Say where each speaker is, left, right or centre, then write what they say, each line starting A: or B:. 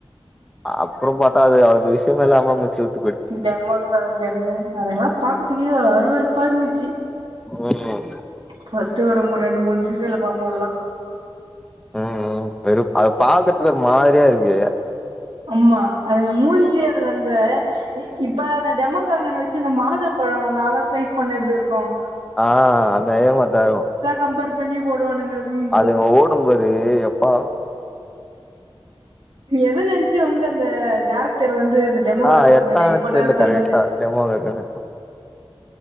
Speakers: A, in the centre; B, on the right.
A: அப்புறம் பத்தாது அது விஷ்யம் ல்லாம முட்சு வி
B: டெமோ கார்கன்னு அதெல்லா பார்கதுக்கே அறுவேறுப்பா இருந்துச்சு
A: உம்
B: ஃபர்ஸ்ட் ஒரு மு ரெண்டு மூணு சீசன்ல பாக்கும்போதல்லாம்
A: உஹம் வெருப் அ பாக்கறதுக்கு ஒரு மாதிரியா இருக் ஏய
B: அம்மா அதுங்க மூஞ்சு அதுல அந்த இப்ப அந்த டெமோ கார்கன் வச்சு அந்த மாதுள பழோ நாலா ஸ்னைஸ் பண்ண எப்டி இருக்கும்
A: ஆஹ் நய மதாய ரு
B: கம்பேர் பண்ணி போடுவானுங்க மீம்ஸ்ல
A: அதுங்க ஓடுங்கபரு எப்பா
B: எதை நினச்சு வந்து அந்த டேரக்டர் வந்து அந்த டெமோ
A: ஆஹ்
B: இருக்குங்க
A: எத்த அணதது
B: இது பண்ணது
A: இல
B: தெர்ல
A: கரெக்டா டெமோக்கார்கன